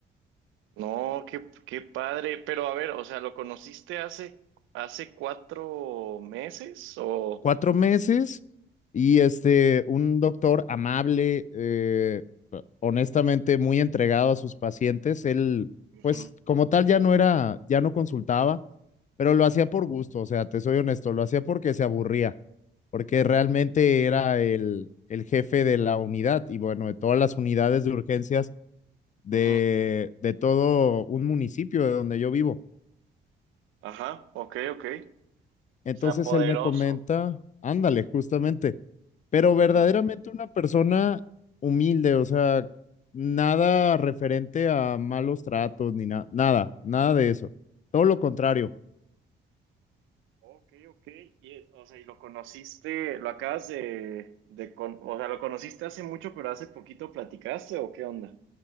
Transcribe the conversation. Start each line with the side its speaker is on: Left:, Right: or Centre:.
Right: No, qué, qué padre. Pero a ver, o sea, ¿lo conociste hace, hace cuatro meses? O.
Left: Cuatro meses y este, un doctor amable, eh, honestamente muy entregado a sus pacientes, él,
Right: Ujú,
Left: pues como tal, ya no era, ya no consultaba, pero lo hacía por gusto, o sea, te soy honesto, lo hacía porque se aburría, porque realmente era el, el jefe de la unidad y bueno, de todas las unidades de urgencias de,
Right: ujú.
Left: de todo un municipio de donde yo vivo.
Right: Ajá, ok, ok.
Left: Entonces
Right: O sea, poderoso.
Left: él me comenta, ándale, justamente, pero
Right: Ujú.
Left: verdaderamente una persona humilde, o sea, nada referente a malos tratos ni nada, nada, nada de eso. Todo lo contrario,
Right: Ok, ok. Y, eh, o sea, y lo conociste, lo acabas de, de con- o sea, lo conociste hace mucho, pero hace poquito platicaste, ¿o qué onda?